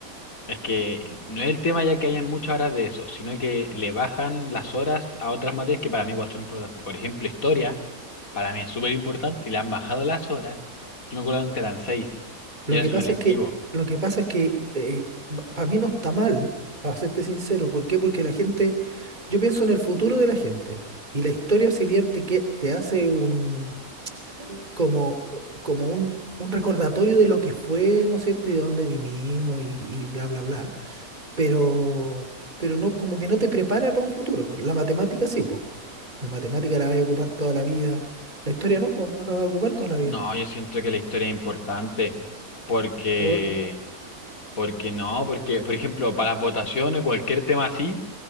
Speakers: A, on the left (about 70°); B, on the right (about 30°).
A: Es que no es el tema ya que hayan muchas horas de eso, sino que le bajan las horas a otras materias que para mí igual son importantes. Por ejemplo, historia, para mí es súper importante y le han bajado las horas. Yo me acuerdo antes eran seis, ya
B: Lo que
A: es
B: pasa
A: un electivo.
B: es que, lo que pasa es que eh, para mí no está mal, para serte sincero. ¿Por qué? Porque la gente, yo pienso en el futuro de la gente. Y la historia, si bien te, que- te hace un, como, como un, un recordatorio de lo que fue, ¿no es cierto? Y de dónde vinimos y, y bla, bla, bla. Pero, pero no, como que no te prepara para un futuro. po. La matemática sí, pues. La matemática la vas a ocupar toda la vida. La historia no, pues, no la vas a ocupar toda la
A: No,
B: vida.
A: yo siento que la historia es importante porque,
B: Por,
A: porque no, porque, por ejemplo, para las votaciones, cualquier tema así,